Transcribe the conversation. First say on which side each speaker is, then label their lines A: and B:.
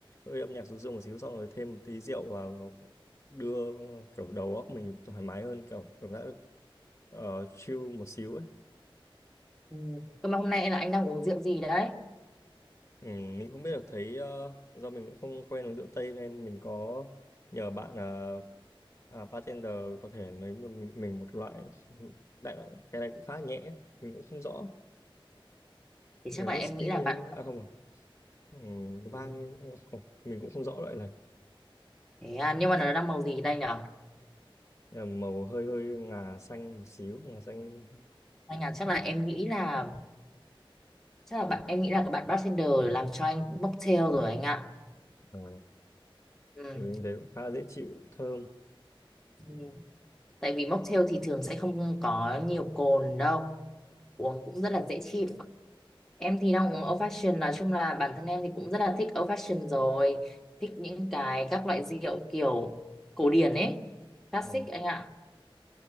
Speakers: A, on the left; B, in the centre.
A: hơi âm nhạc ru rương một xíu xong rồi thêm một tí rượu vào nó cũng đưa kiểu đầu óc mình thoải mái hơn kiểu cảm giác được uh, chill một xíu ấy
B: ừ. Cơ mà hôm nay là anh đang uống rượu gì đấy
A: ừ, mình không biết được thấy ờ, do mình cũng không quen uống rượu tây nên mình có nhờ bạn là à, bartender có thể lấy một mình một loại đại loại cái này cũng khá nhẹ mình cũng không rõ
B: Thì
A: nhà
B: chắc là
A: whisky
B: em nghĩ là bạn
A: ấy. à không rồi ừ,
B: ừ.
A: vang không mình cũng không rõ loại này
B: Thế à, nhưng mà nó đang màu gì đây nhở
A: Nhưng màu hơi hơi ngà xanh một xíu ngà xanh
B: Anh à chắc là em nghĩ là Chắc là bạn em nghĩ là các bạn bartender làm cho anh mocktail rồi anh ạ
A: ờ,
B: ừ.
A: thì mình thấy cũng khá là dễ chịu thơm
B: Ừ. Tại vì mocktail thì thường sẽ không có nhiều cồn đâu uống cũng rất là dễ chịu em thì đang uống old fashion nói chung là bản thân em thì cũng rất là thích old fashion rồi thích những cái các loại rượu kiểu cổ điển ấy classic
A: ừ.
B: anh ạ